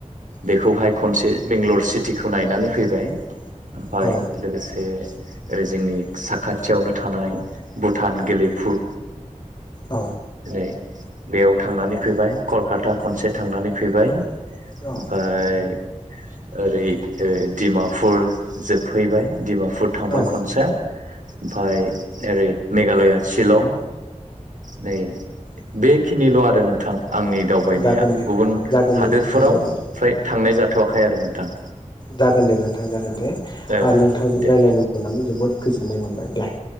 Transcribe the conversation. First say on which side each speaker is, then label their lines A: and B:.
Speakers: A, on the right; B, on the left.
A: बेखौहाय खनसे बेंगलर सिटिखौ नायनानै फैबाय। ओमफ्राय
B: औ
A: लोगोसे ओरै जोंनि साखाथियावनो थानाय भुटान गेलेफु
B: औ
A: नै बेयाव थांनानै फैबाय कलकाता खनसे थांनानै फैबाय।
B: औ
A: ओमफ्राय ओरै ओ डिमापुर जोबफैबाय डिमापुर थांबाय
B: औ
A: खनसे। ओमफाय ओरै मेघालया शिलं नै बेखिनिल' आरो नोंथां। आंनि दावबायनाया
B: जागोन दे
A: गुबुन
B: जागोन दे
A: हादोरफोराव
B: नोंथां जागोन दे
A: फ्राय थांनाय जाथ'वाखै आरो नोंथां।
B: जागोन दे नोंथां जागोन दे
A: औ
B: ओ नोंथांजों
A: दे
B: रायज्लायनो मोननानै जोबोद गोजोननाय मोनबाय दे।